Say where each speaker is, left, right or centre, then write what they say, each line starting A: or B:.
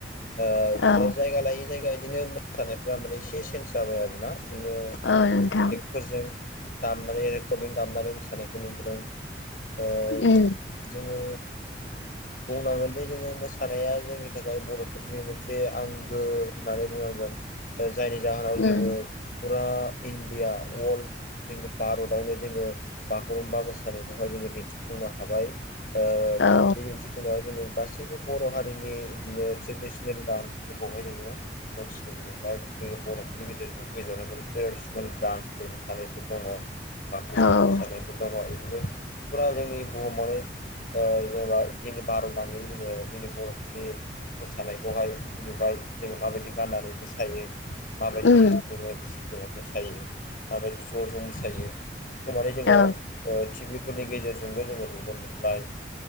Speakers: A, on the left; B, on the left.
A: बिदिनो
B: औ
A: जायगा लायै जायगा बिदिनो मोसानायफ्रा माने एसे चन्ज जाबाय आरोना बिदिनो
B: औ नोंथां
A: फोरजों दामनानै रेकर्डिं दामनानै मोसानायखौ नुबोदों ओ
B: उम
A: जोङो बुंनांगोन दि जोङो मोसानाया जोंनि थाखाय बर' फोरनि मोनसे आंगो होननानै बुंनांगोन। दा जायनि जाहोनाव
B: उम
A: जोङो फुरा इण्डिया वर्ल्ड जोंनि भारतआवनो जोङो बागुरुम्बा मोसानायखौहाय जोङो दिन्थिफुंनो हाबाय। ओ
B: औ
A: बे दिन्थिफुंनायाव जोङो गासैबो बर' हारिनि बिदिनो ट्रेडिसनेल डान्स बेखौहाय जोङो मोनथिनो मोनबाय जोंनि बर'फोरनि गेजेराव <unintelligible> ट्रेडिसनेल ब्रान्सफोर मोसानायफोर दङ। बागुरुमबा
B: औ
A: मोसानायफोर दङ बिदिनो फुरा जोंनि बुहुमावनो ओ जेनेबा जोंनि भारत नाङैनो जोङो जोंनि बर'फोरनि मोसानायखौहाय नुबाय जोङो माबायदि गाननानै मोसायो माबायदि
B: ओम
A: जोङो बि <unintelligible> मोसायो माबायदि ज' ज' मोसायो बेखौ माने जोङो
B: औ
A: ओ टिभिफोरनि गेजेरजोंबो जोङो नुनो मोनबाय।